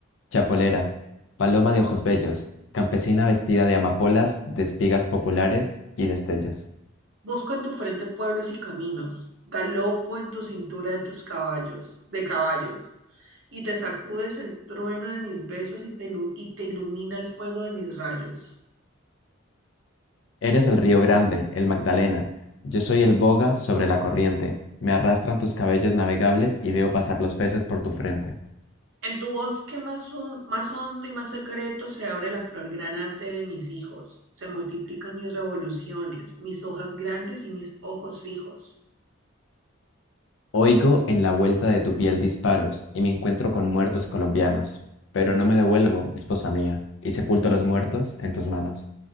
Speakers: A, on the left (about 65°); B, on the right (about 70°).
A: chapolera, paloma de ojos bellos, campesina vestida de amapolas, de espigas populares y destellos.
B: Busco en tu frente pueblos y caminos, galopo en tu cintura de tus caballos, de caballos. y te sacudes el trueno de mis besos y te, ilu- y te ilumina el fuego de mis rayos.
A: Eres el río grande, el Magdalena. Yo soy el boga sobre la corriente. Me arrastran tus cabellos navegables y veo pasar los peces por tu frente.
B: En tu bosque más, hon- más hondo y más secreto se abre la flor granate de mis hijos, se multiplican mis revoluciones, mis hojas grandes y mis ojos fijos.
A: Oigo en la vuelta de tu piel disparos y me encuentro con muertos colombianos, pero no me devuelvo, esposa mía, y sepulto a los muertos en tus manos.